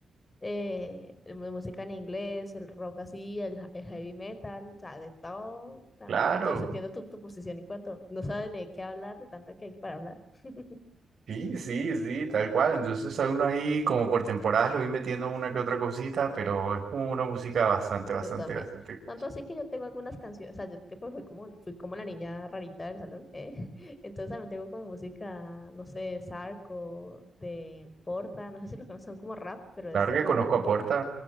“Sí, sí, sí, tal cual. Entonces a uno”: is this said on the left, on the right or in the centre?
Right